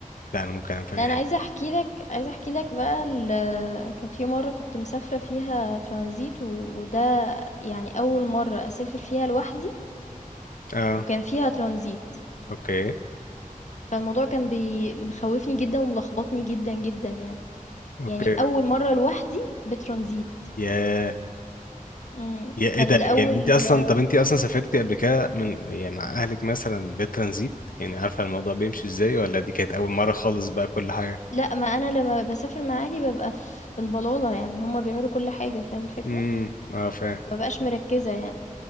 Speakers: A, on the left; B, on the left.
A: لا انا ممكن انام في اي
B: ده انا
A: حتة
B: عايزه احكي لك عايزه احكي لك بقى ال- كان في مره كنت مسافره فيها ترانزيت و- وده يعني اول مره اسافر فيها لوحدي
A: اه
B: وكان فيها ترانزيت
A: اوكي
B: فالموضوع كان بي مخوفني جدا وملخبطني جدا جدا يعني
A: اوكي
B: يعني اول مره لوحدي بترانزيت
A: يا
B: مم،
A: يا
B: كان
A: ايه ده
B: لا
A: يعني
B: الاول
A: انت
B: <laughs>
A: اصلا طب انت اصلا سافرتي قبل كده من يعني مع اهلك مثلا بالترانزيت يعني عارفه الموضوع بيمشي ازاي ولا دي كانت اول مره خالص بقى كل حاجه
B: لأ، ما أنا لمّا باسافر مع أهلي بابقى في البلالة، يعني هُم بيعملوا كل حاجة، فاهم الفكرة؟
A: امم اه فاهم
B: فما بابقاش مركّزة يعني